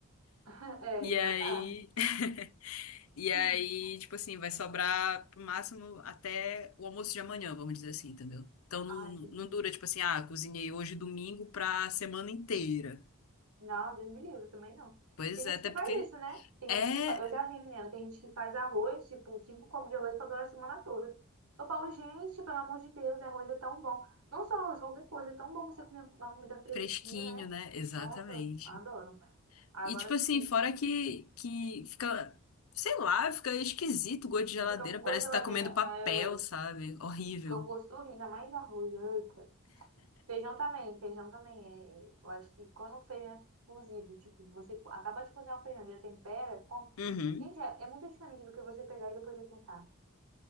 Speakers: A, on the right; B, on the left.
A: <laughs> é,
B: E aí,
A: só tarde.
B: <laughs> e aí,
A: <laughs>
B: tipo assim, vai sobrar pro máximo até o almoço de amanhã, vamos dizer assim, entendeu? Então
A: Ah,
B: não,
A: entendi.
B: não dura, tipo assim, ah, cozinhei hoje domingo pra semana inteira.
A: Não, Deus me livre, também não.
B: Pois
A: Tem
B: é,
A: gente
B: até
A: que
B: porque
A: faz isso, né? Tem
B: é.
A: gente que fa... Eu já vi, menina, tem gente que faz arroz, tipo, cinco copos de arroz pra durar a semana toda. Eu falo, gente, pelo amor de Deus, arroz é tão bom. Não só arroz, qualquer coisa, é tão bom você comer uma comida fresquinha,
B: Fresquinho,
A: né?
B: né? Exatamente.
A: Nossa, adoro. Agora
B: E tipo assim,
A: sim,
B: fora que, que fica, sei lá, fica esquisito o gosto de geladeira,
A: fica com
B: parece
A: gosto de geladeira,
B: que tá comendo papel,
A: é,
B: sabe? Horrível.
A: fica com gosto de sorriso, ainda mais arroz. Eita. Feijão também, feijão também. É, eu acho que quando o feijão é cozido, tipo, você co- acaba de cozinhar o feijão, já tempera, come.
B: Uhum.
A: Gente, é, é muito diferente do que você pegar e depois esquentar,